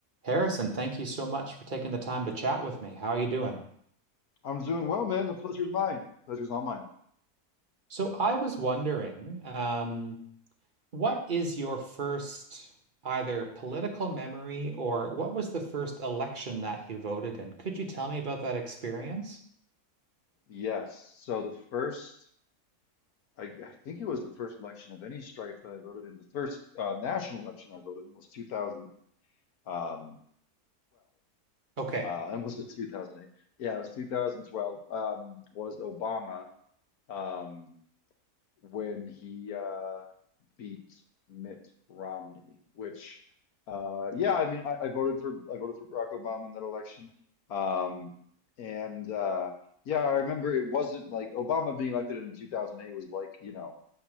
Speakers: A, on the right; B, on the left.
A: Harrison, thank you so much for taking the time to chat with me. How are you doing?
B: I'm doing well, man. The pleasure's mine. The pleasure's all mine.
A: So I was wondering, um, what is your first either political memory or what was the first election that you voted in? Could you tell me about that experience?
B: Yes. So the first, I, I think it was the first election of any stripe that I voted in. The first uh, national election I voted in was 2012.
A: Okay,
B: Uh, I almost said 2008. Yeah, it was 2012. Um, was Obama. Um, when he uh, beat Mitt Romney, which, uh, yeah, I mean, I, I voted for I voted for Barack Obama in that election, um, and uh, yeah, I remember it wasn't like Obama being elected in 2008 was like, you know,